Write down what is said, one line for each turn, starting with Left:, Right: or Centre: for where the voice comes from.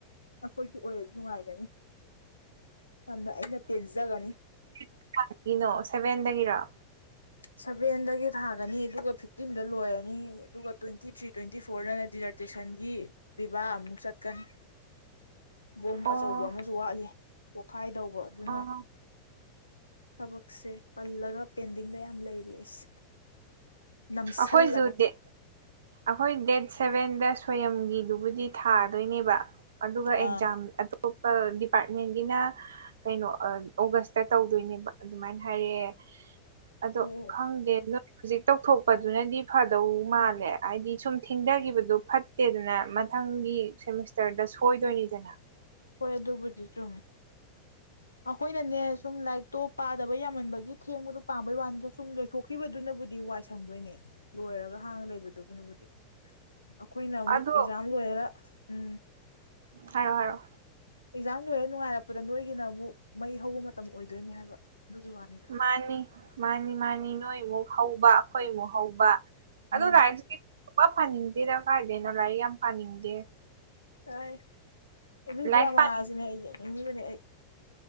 Left: ꯑꯈꯣꯏꯒꯤ ꯑꯣꯏꯔꯗꯤ ꯅꯨꯡꯉꯥꯏꯒꯅꯤ ꯌꯥꯝꯅ ꯑꯩꯅ ꯄꯦꯟꯖꯒꯅꯤ
Right: ꯥ <unintelligible> ꯒꯤꯅꯣ ꯁꯚꯦꯟꯗꯒꯤꯔꯥ
Left: ꯁꯚꯦꯟꯗꯒꯤ ꯊꯥꯒꯅꯤ ꯗꯨꯒ ꯐꯤꯐꯇꯤꯟꯗ ꯂꯣꯏꯔꯅꯤ ꯑꯗꯨꯒ ꯇ꯭ꯋꯦꯟꯇꯤ ꯊ꯭ꯔꯤ ꯇ꯭ꯋꯦꯟꯇꯤ ꯐꯣꯔ ꯗꯥꯏꯗ ꯗꯤꯖꯥꯔꯠ ꯇꯨꯏꯁꯟꯒꯤ ꯄꯤꯕꯥ ꯑꯃꯨꯛ ꯆꯠꯀꯅꯤ ꯕꯣꯝ
Right: ꯑꯣ
Left: ꯑꯆꯧꯕ ꯑꯃꯁꯨ ꯋꯥꯠꯂꯤ ꯄꯣꯈꯥꯏꯗꯧꯕ ꯑꯗꯨꯅ
Right: ꯑꯣ
Left: ꯊꯕꯛꯁꯦ ꯄꯜꯂꯒ ꯄꯦꯟꯗꯤꯡꯗ ꯌꯥꯝ ꯂꯩꯔꯤ ꯑꯩꯁꯦ ꯅꯝꯁꯜꯂꯒ
Right: ꯑꯈꯣꯏꯁꯨ ꯗꯦꯠ ꯑꯈꯣꯏ ꯗꯦꯠ ꯁꯚꯦꯟꯗ ꯁꯣꯌꯝꯒꯤꯗꯨꯕꯨꯗꯤ ꯊꯥꯗꯣꯏꯅꯦꯕ ꯑꯗꯨꯒ ꯑꯦꯛꯖꯥꯝ
Left: ꯑꯥ
Right: ꯑꯇꯣꯞꯄ ꯗꯤꯄꯥꯔꯠꯃꯦꯟꯒꯤꯅ ꯀꯩꯅꯣ ꯑꯥ ꯑꯣꯒꯁꯇ ꯇꯧꯗꯣꯏꯅꯦꯕ ꯑꯗꯨꯃꯥꯏ ꯍꯥꯏꯔꯦꯑꯦ ꯑꯗꯣ
Left: ꯑꯣ
Right: ꯈꯪꯗꯦ ꯅꯣꯏ ꯍꯨꯖꯤꯛ ꯇꯧꯊꯣꯛꯄꯗꯨꯅꯗꯤ ꯐꯗꯧ ꯃꯥꯜꯂꯦ ꯍꯥꯏꯗꯤ ꯁꯨꯝ ꯊꯦꯡꯗꯒꯤꯕꯗꯣ ꯐꯠꯇꯦꯗꯅ ꯃꯊꯪꯒꯤ ꯁꯦꯃꯤꯁꯇꯔꯗ ꯁꯣꯏꯗꯣꯏꯅꯤꯗꯅ
Left: ꯍꯣꯏ ꯑꯗꯨꯕꯨꯗꯤ ꯆꯨꯝꯃꯦ ꯑꯈꯣꯏꯅꯅꯦ ꯁꯨꯝ ꯂꯥꯏꯔꯤꯛꯇꯣ ꯄꯥꯗꯥꯕ ꯌꯥꯃꯟꯕꯒꯤ ꯊꯦꯡꯕꯗꯣ ꯄꯥꯝꯕꯩ ꯋꯥꯅꯤꯗ ꯁꯨꯝ ꯊꯣꯛꯈꯤꯕꯗꯨꯅꯕꯨꯗꯤ ꯋꯥꯏ ꯁꯪꯗꯣꯏꯅꯦ ꯂꯣꯏꯔꯒ ꯍꯥꯡꯉꯥ ꯂꯩꯕꯗꯨꯕꯨꯅꯕꯨꯗꯤ ꯑꯈꯣꯏꯅ ꯑꯃꯨꯛ
Right: ꯑꯗꯣ
Left: ꯑꯦꯛꯖꯥꯝ ꯂꯣꯏꯔꯒ ꯎꯝ
Right: ꯍꯥꯏꯌꯣ‌ ꯍꯥꯏꯔꯣ
Left: ꯑꯦꯛꯖꯥꯝ ꯂꯣꯏꯔ ꯅꯨꯡꯉꯥꯏꯔꯛꯄꯗ ꯅꯣꯏꯒꯤꯅ ꯑꯃꯨꯛ ꯃꯩ ꯍꯧꯕ ꯃꯇꯝ ꯑꯣꯏꯗꯣꯏꯅꯦ ꯍꯥꯏꯕ ꯗꯨꯒꯤ ꯋꯥꯅꯤ꯫
Right: ꯃꯥꯅꯤ ꯃꯥꯅꯤ ꯃꯥꯅꯤ ꯅꯣꯏꯃꯨꯛ ꯍꯧꯕ ꯑꯈꯣꯏꯃꯨꯛ ꯍꯧꯕ
Left: ꯎꯝ
Right: ꯑꯗꯨ ꯂꯥꯏꯔꯤꯛꯁꯤꯗꯤ ꯁꯨꯡꯄꯥ ꯄꯥꯅꯤꯡꯗꯦꯗ ꯀꯥꯏꯗꯩꯅꯣ ꯂꯥꯏꯔꯤꯛ ꯌꯥꯝ ꯄꯥꯅꯤꯡꯗꯦ
Left: ꯇꯥꯏ ꯑꯗꯨ
Right: ꯂꯥꯏꯔꯤꯛ
Left: ꯗ꯭ꯔꯃꯥ
Right: ꯄꯥ
Left: ꯁꯤꯅꯦ ꯌꯦꯡꯅꯤꯡꯉꯤꯕꯅꯦ ꯑꯩ